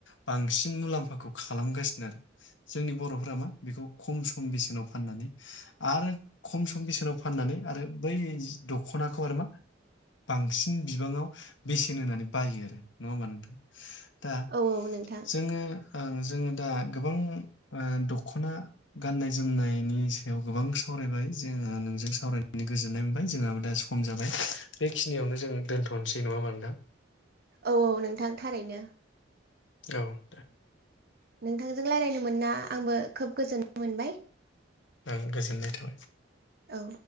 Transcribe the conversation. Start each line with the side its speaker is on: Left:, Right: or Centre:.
Left: बांसिन मुलाम्फाखौ खालामगासिनोजोंनि बरफ्रारा मा बेखौ खम स खम बेसेनाव फाननानै आरो खम सम बेसेनाव फाननानै आरो बै जि दखनाखौ आरो मा बांसिन बिबाङाव बेसेन होनानै बायो आरो नङा होमबा नोंथां? दा
Right: औ औ नोंथां
Left: जोङो ओं जोङो दा गोबां ओ दखना गाननाय जोमनायनि सायाव गोबां सावरायबाय जोङो नोंजों सावरायनानै गोजोननाय मोनबाय जोंहाबो दा सम जाबाय बेखिनियावनो जों दोनथ नोसै नङा होमबा नोंथां?
Right: औ औ नोंथां थारैनो
Left: औ दे
Right: नोंथांजों रायलायनो मोनना आंबो खोब गोजोननाय मोनबाय
Left: ओं गोजोननाय थाबाय
Right: औ